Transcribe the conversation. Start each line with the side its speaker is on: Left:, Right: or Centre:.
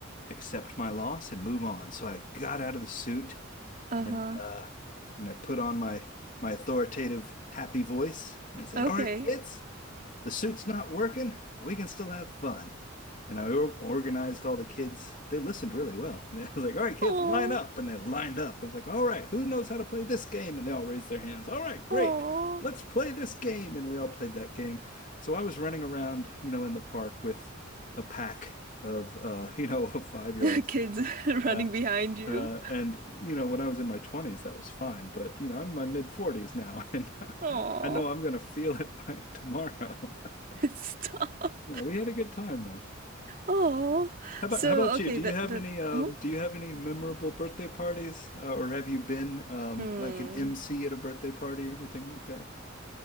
Left: accept my loss and move on. So I got out of the suit
Right: Uh-huh.
Left: and uh and I put on my my authoritative happy voice and I said,
Right: Okay.
Left: "All right, kids, the suit's not working. We can still have fun. And I or- organized all the kids. They listened really well. <laughs> And I was like, all right, kids,
Right: Oh.
Left: line up. And they lined up. I was like, all right, who knows how to play this game? And they all raised their hands. All right, great.
Right: Oh.
Left: Let's play this game. And we all played that game. So I was running around, you know, in the park with a pack of, uh, <laughs> you know, five year
Right: <laughs>
Left: olds.
Right: Kids <laughs>
Left: Yeah.
Right: running behind you.
Left: Uh, and you know, when I was in my 20s, that was fine, but you know, I'm in my mid 40s now, and
Right: Oh.
Left: <laughs> I know I'm gonna feel it by tomorrow. <laughs>
Right: <laughs> Stop.
Left: Yeah, we had a good time though.
Right: Oh.
Left: How about
Right: So
Left: how about
Right: okay,
Left: you? Do
Right: the
Left: you have
Right: the
Left: any um
Right: huh?
Left: do you have any memorable birthday parties uh, or have you been um
Right: Hmm.
Left: like an MC at a birthday party or anything like that?